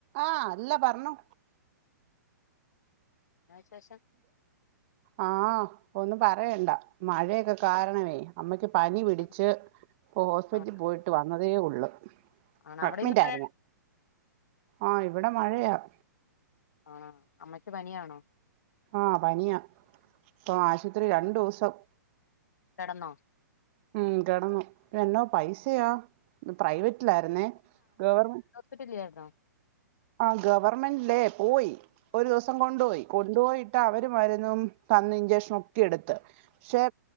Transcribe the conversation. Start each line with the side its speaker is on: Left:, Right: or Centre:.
Right: ആഹ് അല്ല പറഞ്ഞോ
Left: എന്നാ വിശേഷം?
Right: ആഹ് ഒന്നും പറയണ്ട മഴയൊക്കെ കാരണമേ- അമ്മയ്ക്ക് പനി പിടിച്ച്
Left: ആ
Right: ഇപ്പോ ഹോസ്പിറ്റലിൽ
Left: ആ
Right: പോയിട്ട് വന്നതേയുള്ളൂ.
Left: ആണോ അവിടെ
Right: അഡ്മിറ്റായിരുന്നു
Left: ഇന്ന് മഴ
Right: ആഹ് ഇവിടെ മഴയാ-
Left: ആഹ് അമ്മയ്ക്ക് പനിയാണോ?
Right: ആഹ് പനിയാ ഇപ്പോ ആശുപത്രി രണ്ടു ദിവസം-
Left: കിടന്നോ?
Right: ഉം കെടന്നു എന്നോ പൈസയാ പ്രൈവറ്റിലായിരുന്നേ ഗവർ
Left: ഹോസ്പിറ്റലില്ലായിരുന്നോ
Right: ആഹ് ഗവർമെന്റിലേ പോയി ഒരു ദിവസം കൊണ്ടുപോയി കൊണ്ടുപോയിട്ട് അവര് മരുന്നും തന്ന് ഇഞ്ചക്ഷൻ ഒക്കെ എട്ത്ത്. പക്ഷെ